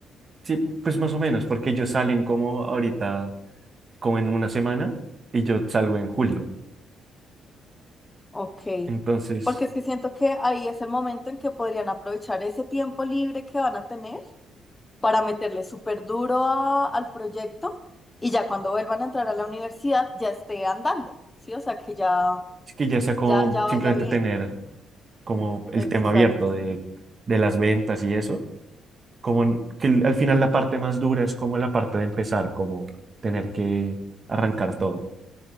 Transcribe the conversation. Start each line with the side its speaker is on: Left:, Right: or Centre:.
Right: Sí, pues más o menos, porque ellos salen como ahorita, como en una semana, y yo salgo en julio.
Left: Ok,
Right: Entonces,
Left: porque es que siento que ahí es el momento en que podrían aprovechar ese tiempo libre que van a tener para meterle súper duro a- al proyecto y ya cuando vuelvan a entrar a la universidad ya esté andando, ¿sí? O sea, que ya,
Right: es que ya sea como
Left: ya, ya
Right: simplemente
Left: vaya bien.
Right: tener como el
Left: Exacto.
Right: tema abierto de, de las ventas y eso, como en- que el- al final la parte más dura es como la parte de empezar, como tener que arrancar todo.